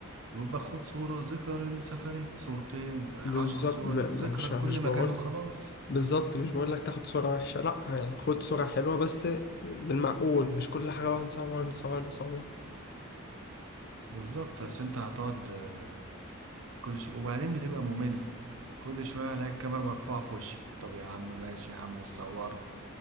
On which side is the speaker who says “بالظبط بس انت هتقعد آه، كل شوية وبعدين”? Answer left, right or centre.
Right